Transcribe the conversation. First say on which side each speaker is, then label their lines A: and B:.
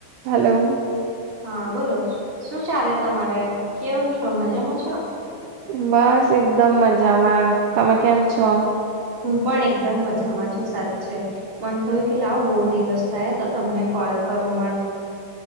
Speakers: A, on the right; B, on the right.
A: હાલો
B: હા બોલો શું ચાલે તમારે કેવું છો મજામાં છો
A: બસ એકદમ મજામાં તમે કેમ છો
B: હું પણ એકદમ મજામાં છું સાછે મન થયું કે લાવ બહુ દિવસ થયા તો તમને કોલ કરું મ